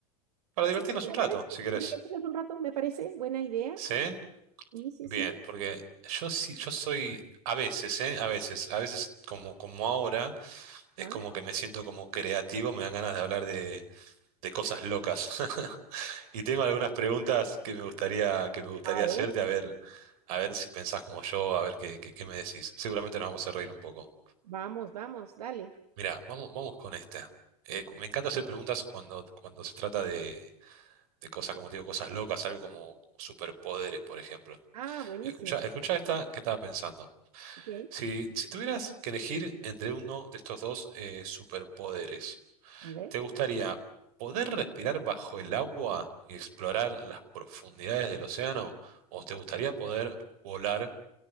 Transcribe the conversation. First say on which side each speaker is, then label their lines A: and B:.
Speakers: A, on the right; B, on the right.
A: para
B: sí,
A: divertirnos
B: me
A: un rato,
B: parece,
A: si querés?
B: divertirnos un rato, me parece buena idea.
A: ¿Sí?
B: Sí, sí,
A: Bien,
B: sí.
A: porque yo sí, yo soy a veces, ¿eh? A veces, a veces como, como ahora, es
B: Ah,
A: como que me siento como creativo, me dan ganas de hablar de cosas locas. <laughs> Y tengo algunas preguntas que me gustaría, que me gustaría
B: A ver,
A: hacerte, a ver, a ver si pensás como yo, a ver qué, qué, qué me decís. Seguramente nos vamos a reír un poco.
B: vamos, vamos, dale.
A: Mirá, vamos, vamos con esta. Eh, cu- me encanta hacer preguntas cuando, cuando se trata de, de cosas, como te digo, cosas locas, algo como superpoderes, por ejemplo.
B: Ah, buenísimo.
A: Escucha, escucha
B: sí,
A: esta que estaba pensando.
B: Ok,
A: Si, si tuvieras que elegir entre uno de estos dos eh, superpoderes,
B: a ver.
A: ¿Te gustaría poder respirar bajo el agua y explorar las profundidades del océano? ¿O te gustaría poder volar,